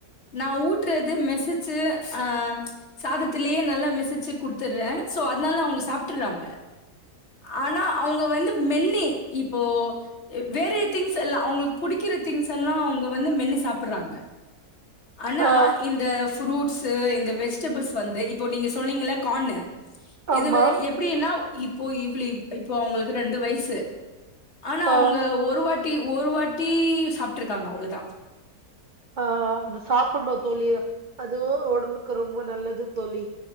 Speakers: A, on the left (about 50°); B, on the right (about 80°).
A: நான் ஊட்டுறது மெசேஜு ஆஹ் சாதத்திலேயே நல்லா மெசேஜு குடுத்துடுறேன் சோ அதனால அவங்க சாப்பிட்டுறாங்க ஆனா அவங்க வந்து மென்னி இப்போ வேற திங்ஸ் எல்லாம் அவங்க புடிக்கிற திங்ஸ் எல்லாம் அவங்க வந்து மென்னு சாப்படுறாங்க ஆனா
B: ஆ
A: இந்த ஃரூட் ஸ்செ இந்த வெஜிடபிள்ஸ் வந்து இப்போ நீங்க சொன்னீங்கள கான்னு
B: ஆமா
A: இதுவே எப்படினா இப்போ இவ்ளி இப்போ அவங்களுக்கு ரெண்டு வயசு ஆனா
B: ஆ
A: அவங்க ஒரு வாட்டி டி ஒரு வாட் தீ சாப்பிட்டு இருக்காங்க அவ்ளவுதான்
B: ஆஹ் அது சாப்பிடணுந் தோழி அதுவு ஒடம்புக்கு ரொம்ப நல்லது தோழி